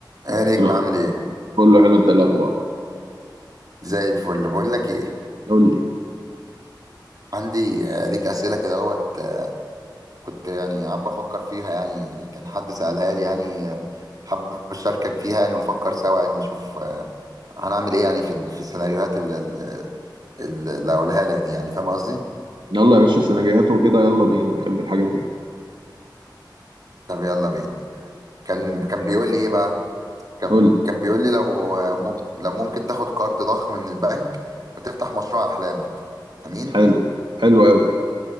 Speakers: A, on the right; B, on the right.
A: ايه نجم
B: لا،
A: عامل ايه
B: كله حلو انت إيه الاخبار
A: زي الفل بقول لك ايه
B: قول لي
A: عندي آه، ليك اسئله كده اهوت آه، كنت يعني قاعد بفكر فيها يعني كان حد سالها لي يعني آه، حابب اشاركك فيها يعني ونفكر سوا يعني نشوف آه، هنعمل ايه يعني في ال- في السيناريوهات اللي اللي اللي هقولها لك دي يعني فاهم قصدي
B: يلا يا باشا سيناريوهات وكده يلا بينا احب الحاجات دي
A: طب يلا بينا كان كان بيقول لي ايه بقى كان
B: قول لي
A: كان بيقول لي لو آه، مم- لو ممكن تاخد قرض ضخم من البنك وتفتح مشروع احلامك امين
B: حلو حلو قوي